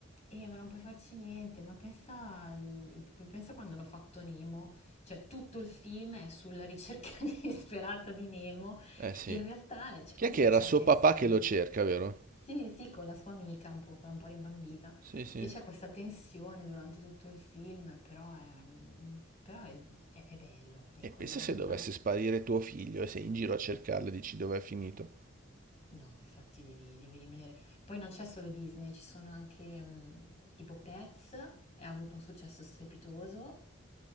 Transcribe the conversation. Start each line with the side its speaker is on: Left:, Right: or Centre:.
Left: Eh, ma non puoi farci niente, ma pensa, mm, pensa quando hanno fatto Nemo, cioè tutto il film è sulla ricerca <laughs> disperata di Nemo,
Right: Eh sì.
Left: in realtà cioè,
Right: Chi
Left: comunque
Right: è che era
Left: c'è
Right: suo
Left: tensione.
Right: papà che lo cerca, vero?
Left: Sì, sì, con la sua amica, un po', quella un po' rimbambita,
Right: Sì, sì.
Left: e c'è questa tensione durante tutto il film, però è, mm, però è- è- è bello, ecco,
Right: E pensa
Left: la- la-
Right: se
Left: la-
Right: dovesse sparire tuo figlio e sei in giro a cercarlo e dici dov'è finito.
Left: No, ma infatti devi, devi rimanere. Poi non c'è solo Disney, ci sono anche mh, tipo Pets, e ha avuto un successo strepitoso.